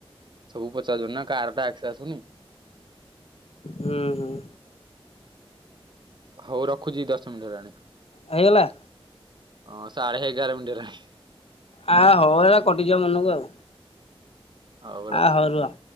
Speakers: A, on the right (about 50°); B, on the left (about 80°).
A: ସବୁ ପଚାରୁଚନି ନା? କାର ଟାକ୍ସ ଆସୁନି
B: ହୁଁ ହୁଁ।
A: ହଉ ରଖୁଚି ଦଶ ମିନିଟ୍ ହେଲାଣି।
B: ହେଇଗଲା।
A: ହଁ ସାଢ଼େ ଏଗାର ମିନିଟ୍ ହେଲାଣି।
B: ଆ ହଉ ଏଗୁରା କଟିଯିବ ମନକୁ ଆଉ।
A: ହଉ
B: ଆ
A: ରଖୁଚି।
B: ରୁହ।